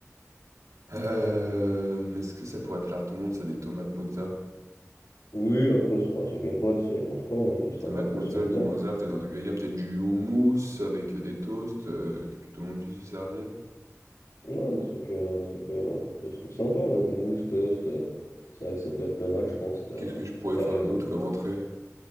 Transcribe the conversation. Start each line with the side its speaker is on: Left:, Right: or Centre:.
Right: Hem, est-ce que ça pourrait plaire à tout le monde ça, des tomates mozza?
Left: oui, après, c'est pas ceux qui aiment pas, tu sais, ils mangent pas, hein, ils se rattraperont
Right: Tomates mozza,
Left: sur le
Right: mimosa,
Left: plat. hein.
Right: peut-être un truc vegan, peut-être du houmous avec, heu, des toasts, heu, que pu tout le monde puisse se servir.
Left: Ouais, des trucs, euh, des trucs, euh, des trucs sympas, ouais, ou mousse, toast, euh, c'est vrai que ça peut être pas mal, je pense, t'as,
Right: Qu'est-ce que je pourrais
Left: t'as
Right: faire
Left: raison.
Right: d'autre comme entrée?